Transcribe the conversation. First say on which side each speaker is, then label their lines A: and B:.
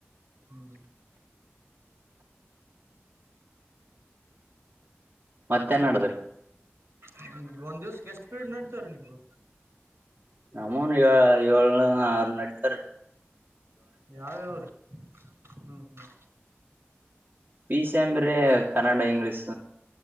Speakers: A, on the right (about 75°); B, on the right (about 50°).
A: ಹ್ಮ್
B: ಮತ್ತೇನ್ ಆಡದ್ರಿ
A: ಹ್ಮ ಒಂದ್ ದಿವಸಕ್ಕ್ ಎಷ್ಟ ಪ್ರಿಡ ನಡಿತಾವರಿ ನಿಮ್ಮು
B: ನಮ್ಮೂನು ಏ ಏಳ್ನ ಆರ್ ನಡಿತಾವರಿ
A: ಯಾವ ಯಾವ್ರೀ ಹ್ಮ್ ಹ್ಮ್
B: ಪಿ ಸಿ ಏಮ್ರಿ ಕನ್ನಡ ಇಂಗ್ಲೀಷ್